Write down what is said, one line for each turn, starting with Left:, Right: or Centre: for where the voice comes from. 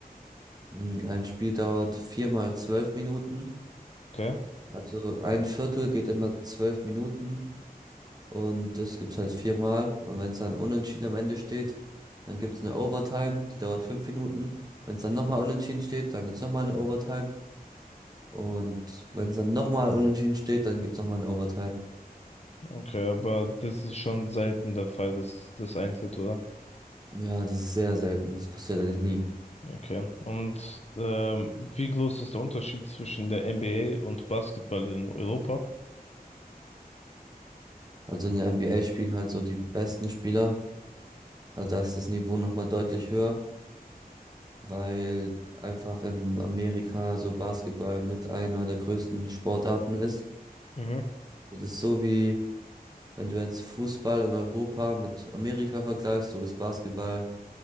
Right: Mm, Ein Spiel dauert viermal zwölf Minuten.
Left: Okay,
Right: Also ein Viertel geht immer zwölf Minuten und das gibt's halt viermal. Und wenn es dann unentschieden am Ende steht, dann gibt's eine Overtime, die dauert fünf Minuten. Wenn es dann nochmal unentschieden steht, dann gibt's nochmal eine Overtime. Und wenn es dann nochmal unentschieden steht, dann gibt's nochmal eine Overtime.
Left: okay, aber das ist schon selten der Fall, dass das eintritt, oder?
Right: Ja, das ist sehr selten. Das passiert eigentlich nie.
Left: Okay. Und ähm, wie groß ist der Unterschied zwischen der NBA und Basketball in Europa?
Right: Also in der NBA spielen halt so die besten Spieler. Also da ist das Niveau nochmal deutlich höher. weil einfach in Amerika so Basketball mit einer der größten Sportarten ist.
Left: Mhm.
Right: Das ist so wie, wenn du jetzt Fußball in Europa mit Amerika vergleichst, so ist Basketball